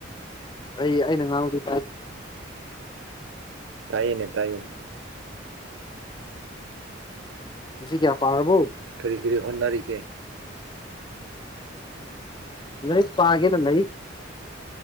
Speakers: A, on the left (about 25°); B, on the right (about 75°).
A: ꯑꯩ ꯑꯩꯅ ꯉꯥꯡꯗꯤ
B: ꯇꯥꯏꯌꯦꯅꯦ ꯇꯥꯏꯌꯦꯅꯦ
A: ꯁꯤ ꯀꯌꯥ ꯄꯥꯔꯔꯕꯧ
B: ꯀꯔꯤ ꯀꯔꯤ ꯍꯣꯠꯅꯔꯤꯒꯦ
A: ꯂꯩ ꯄꯥꯒꯦꯗ ꯂꯩ